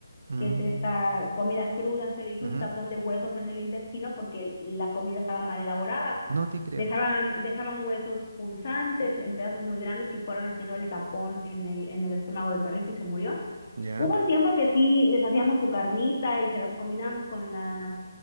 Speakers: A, on the right; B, on the left.
A: Mm,
B: que es esta comida cruda. Se le hizo
A: ujú.
B: un tapón de huesos en el intestino porque la comida estaba mal elaborada.
A: No te creo.
B: Dejaban, dejaban huesos punzantes en pedazos muy grandes que fueron haciendo el tapón en el, en el estómago del perrito y se murió.
A: Ya.
B: Hubo un tiempo que sí les hacíamos su carnita y se las combinábamos con la,